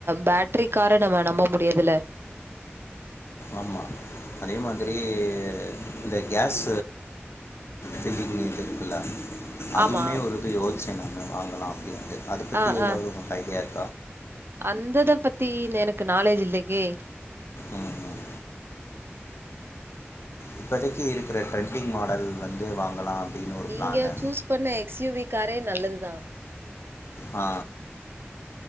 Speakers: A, on the right (about 65°); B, on the left (about 75°).
A: பேட்டரி கார நம்ம நம்ப முடியதுல
B: ஆமா அதே மாதுரி இந்த கேஸ் திண்டிக்கணி தெக்குல அதுமே
A: ஆமா
B: ஒரு இது யோஸ் வாங்கலா அப்டின்டு அதது பத்தி
A: ஆ
B: எதாது
A: ஆ
B: உனக் ஐடியா இருக்
A: அந்தத பத்தி எனக்கு நாலேஜ் இல்ல கே
B: ம் ம் இப்போதக்கி இருக்குற ட்ரெண்டிங் மாடல் வந்து வாங்கலா அப்டின்னு ஒரு
A: நீங்க
B: பிளானு
A: சூஸ் பண்ண எக்ஸ்யுவி காரே நல்லதுதா
B: ஆ